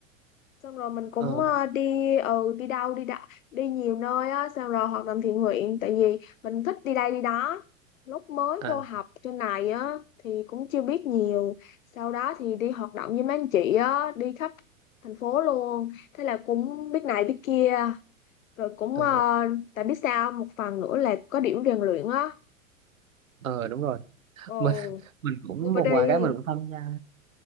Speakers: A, on the left; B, on the right.
A: xong rồi mình cũng
B: ờ
A: ờ, đi ừ đi đâu đi đa, đi nhiều nơi á, xong rồi hoạt động thiện nguyện tại vì mình thích đi đây đi đó. Lúc mới
B: à
A: vô học trên này á thì cũng chưa biết nhiều, sau đó thì đi hoạt động với mấy anh chị á, đi khắp thành phố luôn, thế là cũng biết này biết kia, rồi cũng
B: ờ
A: ờ, tại biết sao một phần nữa là có điểm rèn luyện á
B: ờ đúng rồi mình
A: ồ
B: <laughs> mình cũng
A: never
B: một
A: đi
B: vài cái mình cũng tham gia